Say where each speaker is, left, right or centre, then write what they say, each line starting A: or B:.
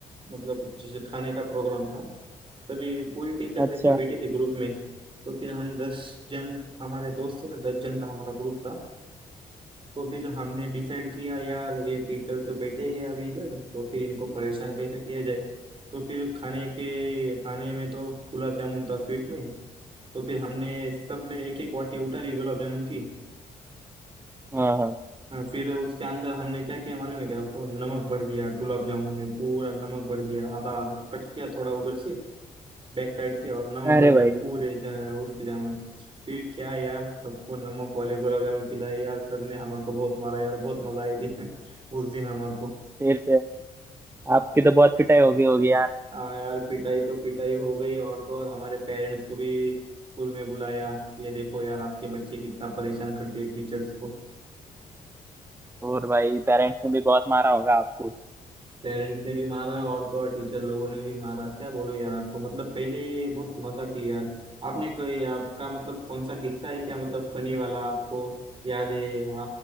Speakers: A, on the right (about 35°); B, on the right (about 15°).
A: मतलब जिस खाने का प्रोग्राम था तभी पूरी टीचर
B: अच्छा
A: ऐसे बैठी थी ग्रुप में तो फिर हम दस जन हमारे दोस्त थे ना दस जन का हमारा ग्रुप था तो फिर हमने डिसाइड किया यार ये टीचर तो बैठे हैं अभी इधर तो फिर इनको परेशान कैसे किया जाए तो फिर खाने के खाने में तो गुलाब जामुन था स्वीट में तो फिर हमने सबने एक एक वाटी उठा ली गुलाब जामुन की
B: हाँ हाँ
A: हाँ, फिर उसके अंदर हमने क्या किया मालूम है क्या वो नमक भर दिया गुलाब जामुन में पूरा नमक भर दिया आधा कट किया थोड़ा उधर से बैक साइड से और नमक
B: अरे
A: भर दिया
B: भाई
A: पूरे ज- उसके जाम में फिर क्या यार सबको नमक वाले गुलाब जामुन खिलाए यार सर ने हमारे को बहुत मारा यार बहुत मजा आई थी <laughs> उस दिन हमारे को
B: फिर से आपकी तो बहुत पिटाई होगी होगी यार
A: आ यार पिटाई तो पिटाई हो गई और तो और हमारे पेरेंट्स को भी स्कूल में बुलाया ये देखो यार आपके बच्चे कितना परेशान करते हैं टीचर्स को
B: और भाई पेरेंट्स ने भी बहुत मारा होगा आपको
A: पेरेंट्स ने भी मारा और तो और टीचर लोगों ने भी मारा क्या बोलो यार आपको मतलब पहले बहुत मजा किया यार आपने कोई आपका मतलब कौन सा किस्सा है क्या मतलब फनी वाला आपको याद है आ,